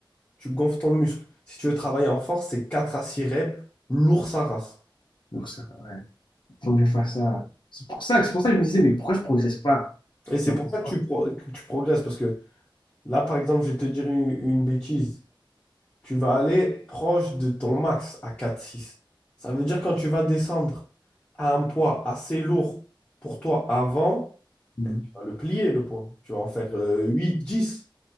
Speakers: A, on the left (about 20°); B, on the left (about 65°).
A: Tu gonfles ton muscle. Si tu veux travailler en force, c'est 4 à 6 reps, lourd sa race.
B: Donc, ça, ouais. Faut que je fasse ça. C'est pour ça, c'est pour ça que je me disais, mais pourquoi je progresse pas?
A: Et c'est
B: Genre,
A: pour
B: pour-
A: ça que tu, pro- que tu progresses, parce que là, par exemple, je vais te dire une, une bêtise. tu vas aller proche de ton max à quatre six Ça veut dire quand tu vas descendre à un poids assez lourd pour toi avant,
B: Hmm.
A: eh, tu vas le plier le poids. Tu vas en faire euh, huit dix